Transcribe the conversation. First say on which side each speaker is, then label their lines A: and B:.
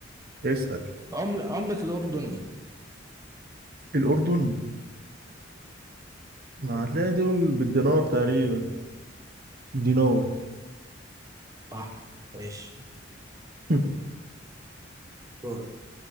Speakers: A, on the right (about 50°); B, on the right (about 15°).
A: اسأل
B: عملة عملة الأردن ايه؟
A: الأردن ما هتلاقي دول بالدينار تقريبا دينار
B: صح ماشي
A: <laughs>
B: دورك